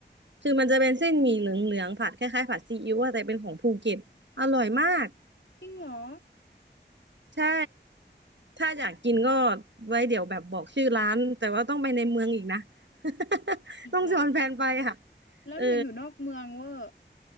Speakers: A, on the right; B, on the left.
A: คือมันจะเป็นเส้นหมี่เหลืองๆผัดคล้ายๆผัดซีอิ๊วอะแต่เป็นของภูเก็ตอร่อยมาก
B: จริงเหรอ
A: ใช่ถ้าอยากกินก็ไว้เดี๋ยวแบบบอกชื่อร้านแต่ว่าต้องไปในเมืองอีกนะ <laughs>
B: อีกละ
A: ต้องชวนแฟนไปค่ะ
B: แล้วหนูอยู่นอกเมืองเวอร์
A: เออ